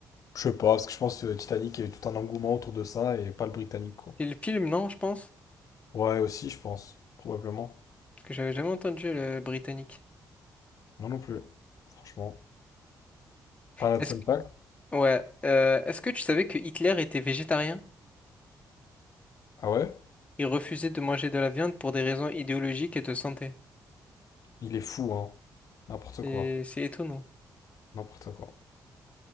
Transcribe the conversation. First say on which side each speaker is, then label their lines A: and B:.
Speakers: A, on the left; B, on the left.
A: Je sais pas, parce que je pense que Titanic, il y a eu tout un engouement autour de ça et pas le britannique, quoi.
B: C'est le film, non, je pense?
A: Ouais, aussi, je pense, probablement.
B: Parce que j'avais jamais entendu le britannique.
A: Non non plus, franchement. Pas
B: Est-ce
A: de fun
B: que...
A: fact.
B: Ouais. euh, est-ce que tu savais que Hitler était végétarien?
A: Ah ouais?
B: Il refusait de manger de la viande pour des raisons idéologiques et de santé.
A: Il est fou, hein. N'importe
B: C'est
A: quoi.
B: c'est étonnant.
A: N'importe quoi.